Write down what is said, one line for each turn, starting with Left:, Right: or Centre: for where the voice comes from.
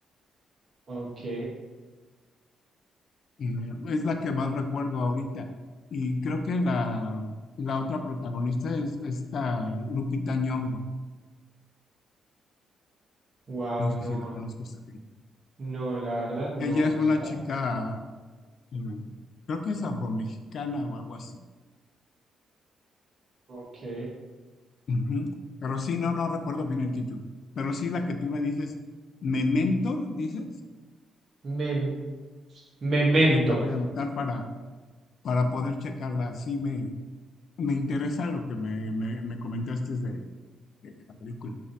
Right: Ok,
Left: Eh, es la que más recuerdo ahorita. Y creo que la, la otra protagonista es esta Lupita Nyong'o.
Right: wow,
Left: No
Right: no,
Left: sé si la conozcas también.
Right: no, la verdad no,
Left: Ella es una
Right: ¿sabes?
Left: chica, eh, creo que es afromexicana o algo así.
Right: Ok.
Left: Ujú. Pero sí, no, no recuerdo bien el título. Pero sí, la que tú me dices, Mentor, dices.
Right: Me, Memento.
Left: Ok, la voy a anotar para, para poder checarla. Sí, me, me interesa lo que me, me, me comentaste de, de la película.